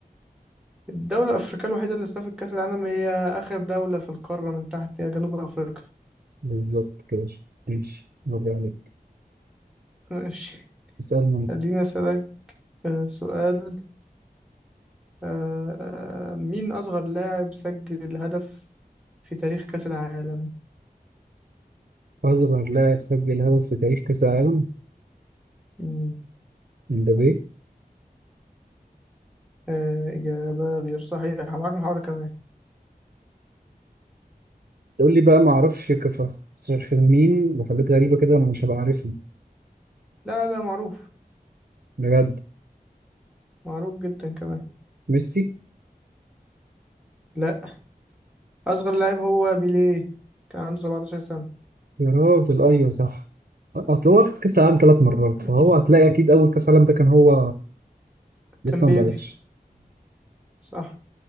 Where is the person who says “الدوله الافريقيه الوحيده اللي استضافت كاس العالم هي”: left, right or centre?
Centre